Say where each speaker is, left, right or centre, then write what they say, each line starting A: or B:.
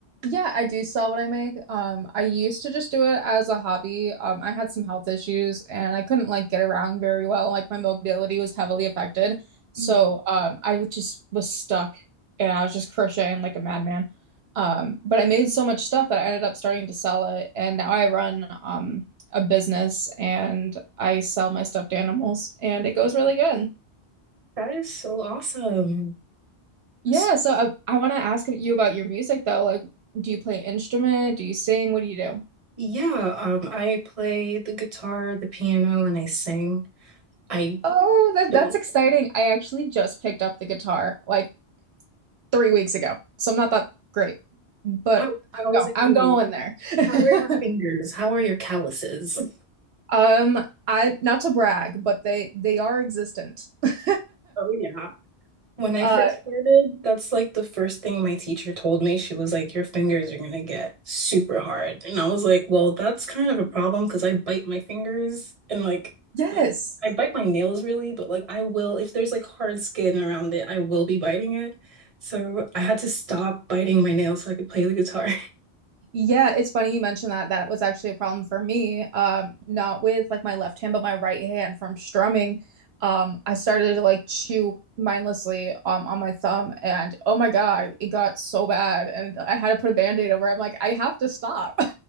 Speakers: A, on the right (about 70°); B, on the right (about 35°).
A: Yeah, I do sell what I make. Um, I used to just do it as a hobby. Um, I had some health issues and I couldn't like get around very well. Like my mobility was heavily affected. So
B: Mm.
A: um, I was- just was stuck and I was just crocheting like a madman. Um, but I made so much stuff that I ended up starting to sell it. And now I run um, a business and I sell my stuffed animals and it goes really good.
B: That is so awesome.
A: Yeah,
B: So,
A: so I, I want to ask you about your music though. Like, do you play instrument? Do you sing? What do you do?
B: yeah, um, I play the guitar, the piano, and I sing. I
A: Oh, that
B: don't.
A: that's exciting. I actually just picked up the guitar like three weeks ago, so I'm not that great, but
B: How,
A: I'm
B: how
A: going.
B: is it
A: I'm
B: going?
A: going there. <laughs>
B: How are your fingers? How are your calluses? <laughs>
A: Um, I not to brag, but they they are existent. <laughs>
B: Oh, yeah. When I
A: Uh,
B: first started, that's like the first thing my teacher told me. She was like, Your fingers are going to get super hard. And I was like, Well, that's kind of a problem because I bite my fingers and like,
A: yes.
B: like I bite my nails really, but like I will, if there's like hard skin around it, I will be biting it. So I had to stop biting my nails so I could play the guitar.
A: Yeah, it's funny you mentioned that. That was actually a problem for me. Um, not with like my left hand, but my right hand from strumming. Um, I started to like chew mindlessly um on my thumb, and oh my God, it got so bad, and I had to put a band-aid over. it. I'm like, I have to stop.